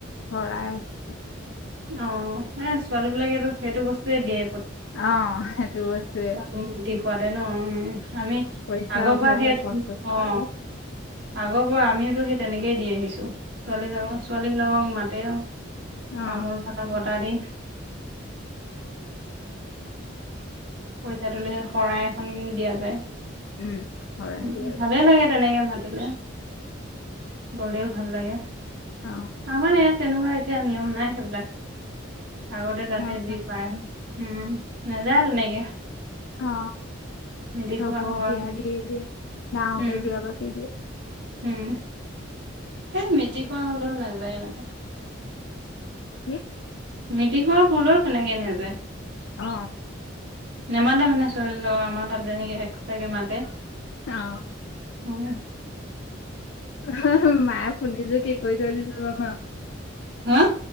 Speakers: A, on the left (about 65°); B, on the right (about 60°).
A: শৰাই আনিছে
B: অ এ ছোৱালী বিলাকেটো সেইটো বস্তুয়ে দিয়ে
A: অ সেইটো বস্তুৱে
B: <unintelligible> উম আমি
A: পইচা
B: আগৰ
A: উঠাইছে
B: পৰা সেই
A: পঞ্চাশ টকাকে
B: অ আগৰ পৰা আমিওতো সেই তেনেকেই দি আহিছো ছোৱালী জাংৰ ছোৱালী বিলাকক মাতে আৰু।
A: অ
B: তামোল পানৰ বটা দি। পইচাটোলে সেই শৰাই এখন দিয়া যায়।
A: উম শৰাই
B: উম
A: দিয়ালে
B: ভালে লাগে তেনেকে মাত তিলে গলেও ভাল লাগে,
A: অ
B: আমাৰ ইয়াত তেনেকুৱা এতিয়া নিয়ম নাই সেইবিলাক। আগতে
A: নিয়ম
B: তাতে
A: নাই
B: যি পায়, হুম নাযায় তেনেকে।
A: অ।
B: মিলি
A: চব
B: খোৱা হয়
A: বিয়া দি দিয়ে, গাওঁকে
B: উম
A: বিয়া পাতি দিয়ে।
B: উম এ মেটি খোৱা হলেও নাযায় মানে?
A: কি?
B: মিটি খোৱা ফালেও তেনেকে নেযায়।
A: অ।
B: নেমাতে মানে ছোৱালীবিলাকক আমাৰ তাত যেনেকে এক্সটাৰকে মাতে।
A: অ।
B: উম
A: হুহ হু মায় ফুলিজো কি কৰি থই দিছে জান?
B: হা!